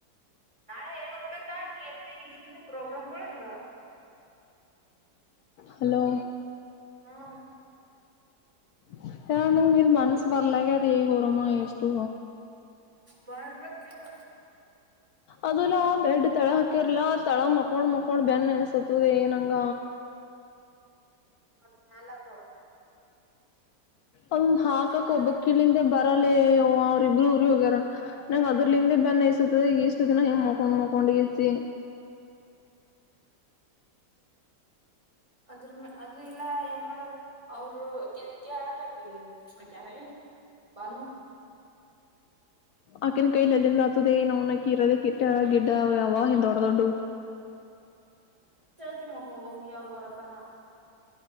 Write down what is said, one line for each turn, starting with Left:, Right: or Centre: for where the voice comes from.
Right: ನಾಳೆ ಏನ್ಓದ್ಬೇಕ ಏನ್ ಇದನ್ನ ಪ್ರೋಗ್ರಾಮ್ಗಳು ಇಲ್
Left: ಹಲೋ
Right: ಹ್ಮ
Left: ಹ ಯಂದ ನೀರು ಮನಸ್ಸ ಬರ್ಲಗೆ ಅದ ಗರಾಮ ಎಷ್ಟ್ಟು
Right: ಬಾರವಾ ಕಲ್ಲ
Left: ಅದಲ್ಲಾ ಬೆಡ್ ತಳ ಹಾಕಿರ್ಲ ತಳ ಮಕೊಂಡ್ ಮಕೊಂಡ್ ಬನ್ಸತದೆ ಏ ನಂಗ
Right: ಮತ್ ನಾಲ್ಕು
Left: ಅವನ್ ಹಾಕಕ್
Right: ಹೋಗ್ಯಾರ
Left: ಒಬ್ಬ ಕಿಳಿಂದ ಬ ಲ್ಲೇ ಅವ್ರ ಇಬ್ರು ಒಬ್ರು ಹೋಗ್ಯಾರ ನಾವವು ಅದರ್ಲಿಂದೇ ಬ ಇಷ್ಟ ದಿನ ಹಿಂಗ್ ಮಕೊಂಡ್ ಮಕೊಂಡ್ ಇರ್ತಿ
Right: ಅದ್ರ ಮ ಅದು ಇಲ್ಲ ಏನ್ ಮಾಡೋದು ಅವರು ಅ ಕಲ್ಲಕ ಅಕ್ಯಾರೆ ಬಾನು
Left: ಆಕೆನು ಕೈಲ್ಲಲ್ಲ ಆತುದೆಏ ನ ಕರ ಕೆಟ್ಟ ಗಿಡ ಡ ಆವ ಹ ದೊಡ್ಡ ದೊಡ್ಡಡು
Right: ಕ್ಕ ಮಖ ಹೋಗಿ ಅವ್ರು ಬರತನ